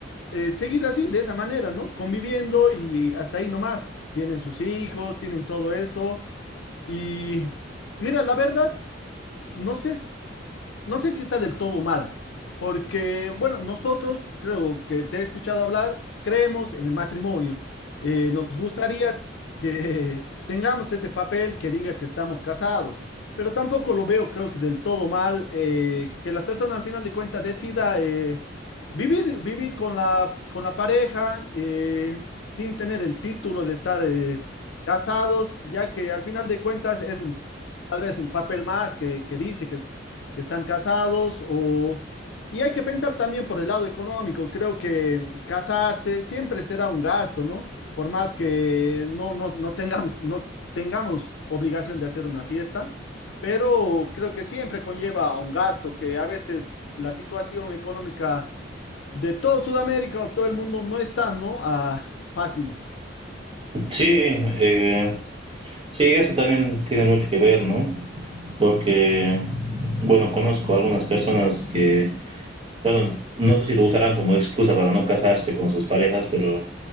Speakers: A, on the left (about 70°); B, on the right (about 25°).
A: eh, seguir así, de esa manera, ¿no? Conviviendo y hasta ahí nomás. Tienen sus hijos, tienen todo eso y mira, la verdad, no sé no sé si está del todo mal, porque, bueno, nosotros, creo que te he escuchado hablar, creemos en el matrimonio. Eh, nos gustaría que <laughs> tengamos este papel que diga que estamos casados, pero tampoco lo veo, creo que del todo mal, eh, que las personas al final de cuentas decida eh, vivir, vivir con la, con la pareja eh, sin tener el título de estar eh, casados, ya que al final de cuentas es un, tal vez un papel más que, que dice que que están casados o... Y hay que pensar también por el lado económico. Creo que casarse siempre será un gasto, ¿no? Por más que no, no, no tengamos, no tengamos obligación de hacer una fiesta, pero creo que siempre conlleva a un gasto, que a veces la situación económica de todo Sudamérica o todo el mundo no está, ¿no? Ah, fácil.
B: Sí, eh, sí, eso también tiene mucho que ver, ¿no? Porque, bueno, conozco algunas personas que bueno, no sé si lo usarán como excusa para no casarse con sus parejas, pero